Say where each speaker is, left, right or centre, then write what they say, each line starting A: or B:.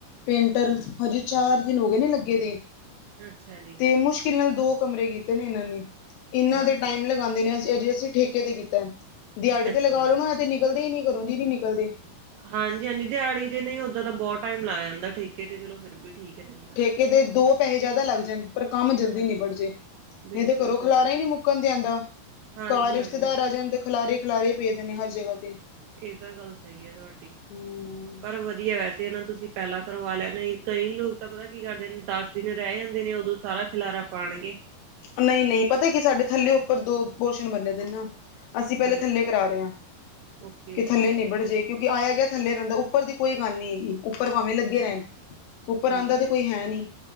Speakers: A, on the left; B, on the right.
A: ਪੇਂਟਰ
B: ਹਾਂਜੀ
A: ਹਜੇ ਚਾਰ ਦਿਨ ਹੋਗੇ ਨੇਂ ਲੱਗੇਂ ਦੇ।
B: ਅੱਛਾ ਜੀ।
A: ਤੇ ਮੁਸ਼ਕਿਲ ਨਾਲ਼ ਦੋ ਕਮਰੇ ਕੀਤੇ ਨੇਂ ਇਹਨਾਂ ਨੇ। ਇਹਨਾਂ
B: ਹਾਂਜੀ
A: ਦੇ ਟਾਇਮ ਲੱ ਲਗਾਉਂਦੇ ਨੇਂ ਅਸੀਂ ਅਜ਼ੇ ਅਸੀਂ ਠੇਕੇ ਤੇ ਕੀਤਾਂ। ਦਿਹਾੜੀ
B: ਅੱਛਾ
A: ਤੇ ਲਗਾਂ
B: ਜੀ
A: ਲਓ ਨਾ ਤੇ ਨਿਕਲ਼ਦੇ ਹੀ ਨੀਂ ਕਰੋਂ ਦੀ ਨੀਂ ਨਿਕਲ਼ਦੇ।
B: ਹਾਂਜੀ‍- ਹਾਂਜੀ, ਦਿਹਾੜੀ ਤੇ ਨਹੀਂ ਓਦਾਂ ਤੇ ਬਹੁਤ ਟਾਇਮ ਲੱਗ ਜਾਂਦਾਂ ਠੇਕੇ ਤੇ ਚਲੋਂ ਫ਼ਿਰ ਵੀ ਠੀਕ। ਰਹਿੰਦਾ।
A: ਠੇਕੇ ਦੇ ਦੋ ਪੈਹੇ ਜ਼ਿਆਦਾ ਲੱਗ ਜਾਣ, ਪਰ ਕੰਮ ਜ਼ਲਦੀ
B: ਹਾਂਜੀ।
A: ਨਿਬੜ ਜੇ। ਨਹੀਂ
B: ਬਿਲਕੁਲ-ਬਿਲਕੁਲ,
A: ਤੇ ਘਰੋਂ ਖਲਾਰਾ ਹੀ ਨੀਂ ਮੁੱਕਣ ਤੇ ਆਂਦਾ।
B: ਹਾਂਜੀ-ਹਾਂਜੀ
A: ਘਰ ਰਿਸ਼ਤੇਦਾਰ ਆ ਜਾਂਣ ਤੇ ਖਲਾਰੇ ਖਲਾਰੇ ਹੀ ਪਏ ਦੇ ਨੇਂ ਹਰ ਜਗ੍ਹਾ ਤੇ।
B: ਇਹ ਤਾਂ ਗੱਲ਼ ਸਹੀ ਹੈਂ ਤੁਹਾਡੀ।
A: ਹਮ
B: ਪਰ ਵਧੀਆ ਵੈਸੇ ਇਹ ਨਾ ਤੁਸੀਂ ਪਹਿਲਾਂ ਕਰਵਾ ਲਿਆ ਨਹੀਂ ਕਈ ਲੋਕ ਤਾਂ ਪਤਾ ਕੀ ਕਰਦੇ ਨੇ ਦਿਨ ਰਹਿ ਜਾਂਦੇ ਨੇ, ਉਦੋਂ ਸਾਰਾ ਖਿਲਾਰਾ ਪਾਣਗੇ।
A: ਨਹੀਂ-ਨਹੀਂ, ਪਤਾ ਕੀ ਸਾਡੇ ਥੱਲੇ-ਉੱਪਰ ਦੋ ਪੋਸ਼ਨ ਬਨੇਦੇ ਨਾ। ਅਸੀਂ ਪਹਿਲੇ
B: ਹਾਂਜੀ।
A: ਥੱਲੇ ਕਰਾ ਰਹੇ ਹਾਂ,
B: ਓਕੇ
A: ਕਿ ਥੱਲੇ ਨਿਬੜ ਜੇ। ਕਿਉਂਕਿ ਆਇਆ-ਗਿਆ ਥੱਲੇ ਰਹਿੰਦਾ, ਉੱਪਰ ਦੀ ਕੋਈ ਗੱਲ ਨੀ ਹੈਗੀ ਉੱਪਰ ਭਾਵੇਂ ਲੱਗੇ ਰਹਿਣ। ਉੱਪਰ
B: ਠੀਕ
A: ਆਂਦਾ ਤੇ
B: ਹੈ
A: ਕੋਈ ਹੈਨੀ,